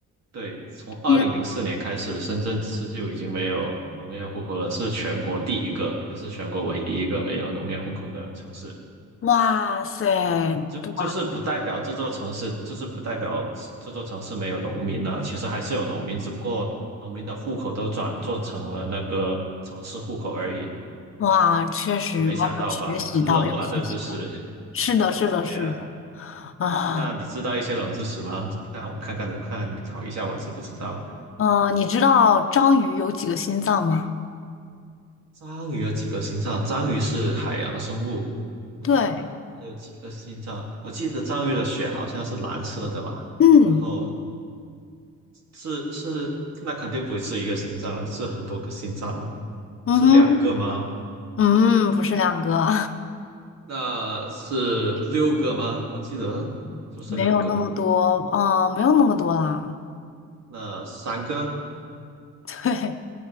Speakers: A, on the right; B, on the left.
A: 对，从二零零四年开始，
B: 天
A: 深圳市就已经没有农业户口了，是全国第一个，也是全国唯一一个没有农业户口的城市。
B: 哇塞，
A: 就就是不代表这座城市，
B: 对
A: 就是不代表这座城市没有农民了。其实还是有农民，只不过农民的户口都转做成了那个城市户口而已。
B: 哇，确实，
A: 呃，没想到吧？
B: 哇，有学习到，
A: 很冷吧？
B: 有学习到。
A: 这知识。<laughs>
B: 是的，是的，
A: 对呀、
B: 是的。啊，
A: 那你知道一些冷知识吗？看我看看看看考一下我知不知道。
B: 嗯，你知道章鱼有几个心脏吗？
A: 章鱼有几个心脏？章鱼是海洋生物，它它有几个心脏？
B: 对，
A: 我记得章鱼的血好像是蓝色的吧？
B: 嗯，
A: 然后是是，那肯定不是一个心脏了，是很多个心脏了，
B: 嗯哼，
A: 是两个吗？
B: 嗯，不是两个，
A: 那是六个吗？我记得
B: <laughs>
A: 是不是六个？
B: 没有那么多，啊，没有那么多啦。
A: 那三个
B: <laughs> 对，